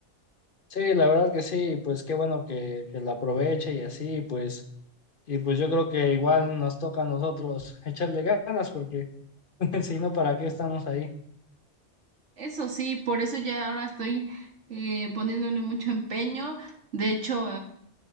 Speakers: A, on the left; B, on the right.
A: Sí, la verdad que sí, pues qué bueno que, que la aproveche y así, pues, y pues yo creo que igual nos toca a nosotros echarle ganas porque... <laughs> Si no, ¿para qué estamos ahí?
B: Eso sí, por eso ya ahora estoy eh, poniéndole mucho empeño. De hecho,